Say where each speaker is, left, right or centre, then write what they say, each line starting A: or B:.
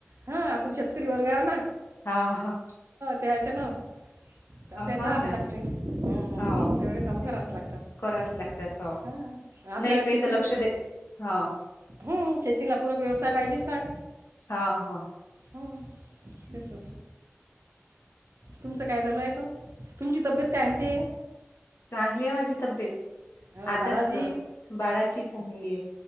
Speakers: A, on the right; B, on the left.
A: हा, आपण शेतकरी वर्गावर हाव ना
B: हा
A: तेयच्या ना आपल्या जाचं
B: हाव ना
A: लागते ह
B: हाव
A: तेवढे काम
B: तेच
A: कराचं लागतात
B: करावच हो
A: ह आपल्याला
B: नाही काही
A: शेतीला
B: तर लक्ष
A: फूप
B: दे हा
A: हम शेतीला पूरक व्यवसाय पाहिजेच ना.
B: हा हा
A: हो तेसं तुमचं काय चालू आहे? त तुमची तब्येत काय म्हणते.
B: चांगली आहे माझी तब्येत
A: हो
B: आताच
A: बाळाजी
B: बाळाची चांगली आहे.